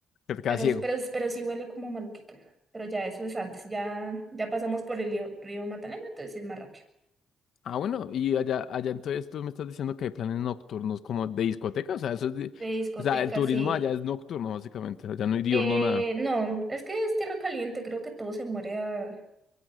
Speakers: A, on the left (about 70°); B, on the right (about 20°).
A: que te queda
B: Pero,
A: ciego.
B: pero, pero sí huele como maluquito. Pero ya eso es antes. Ya, ya pasamos por el río, río Magdalena, entonces sí es más rápido.
A: Ah, bueno, y allá, allá entonces tú me estás diciendo que hay planes nocturnos como de discoteca, o sea, eso es de-
B: De discoteca,
A: o sea, el turismo
B: sí.
A: allá es nocturno, básicamente, allá no hay diurno
B: Eh,
A: nada,
B: no, es que es tierra caliente. Creo que todo se muere a,